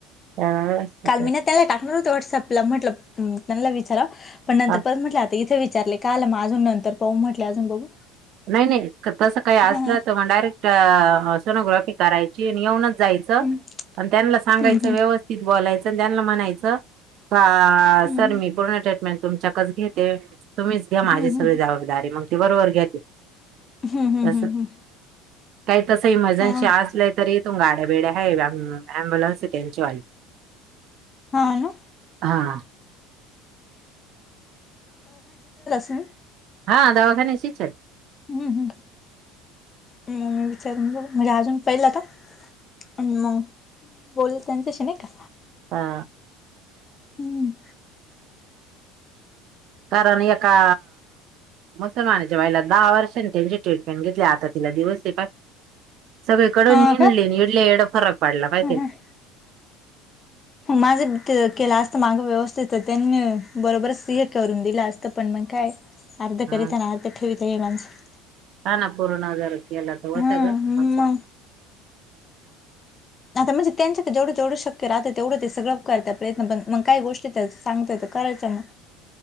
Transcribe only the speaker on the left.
काल मी ना त्याला टाकणार होते व्हॉट्सअपला, म्हटलं त्यांला विचारा पण नंतर
परत म्हटलं इथे विचारले, काल म अजून नंतर पाहू म्हटले अजून बघू
हा हा
हम्म
हम्म
हम्म
हम्म
हम्म
हम्म
हम्म हम्म
हा
हा ना
<unintelligible>
हम्म, हम्, म मी विचारून ब, म्हणजे अजून पहिलं आता. मग, बोल त्यांच्याशी नाही का.
हम्.
हा
का
मग
माझं केलं असत मागं, व्यवस्थित त्यांनी बरोबरच हे करून दिलं असतं. पण मग काय. अर्ध
करीताना, अर्ध ठेवता, ये माणसं.
हा
मग आता म्हणजे, त्यांच्या जेवढं जवढं शक्य राहतं तेवढं ते सगळ करत्यात प्रयत्न, पण मग काय गोष्टी त्याच सांगतेय करायचं मग.